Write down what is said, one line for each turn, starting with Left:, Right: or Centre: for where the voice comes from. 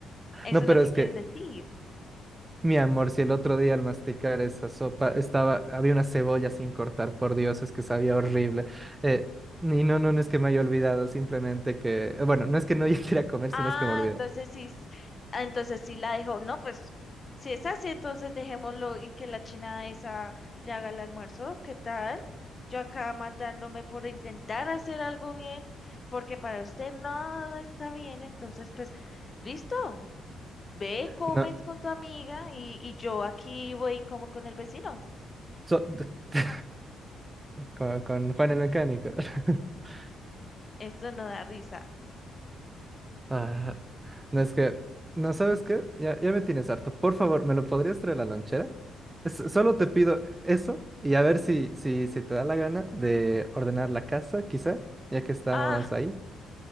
Left: Eso
Right: No,
Left: es
Right: pero
Left: lo que
Right: es
Left: quieres
Right: que,
Left: decir.
Right: mi amor, si el otro día al masticar esa sopa estaba, había una cebolla sin cortar, por Dios, es que sabía horrible. Eh, y no, no, no es que me haya olvidado, simplemente que, bueno, no es que no <laughs> yo quiera comer,
Left: Ah,
Right: sino es que me olvidé.
Left: entonces sí, s- ah, entonces sí la dejó. No, pues si es así, entonces dejémoslo y que la china esa le haga el almuerzo. ¿Qué tal? Yo acá matándome por intentar hacer algo bien, porque para usted nada está bien. Entonces, pues, listo. Ve, comes
Right: No,
Left: con tu amiga y, y yo aquí voy y como con el vecino.
Right: so- <laughs> con, con Juan el mecánico. <laughs>
Left: Esto no da risa.
Right: Ah, no es que, no sabes qué, ya, ya me tienes harto. Por favor, ¿me lo podrías traer a la lonchera? Es- solo te pido eso y a ver si, si, si te da la gana de ordenar la casa, quizá, ya que estamos
Left: Ah,
Right: ahí.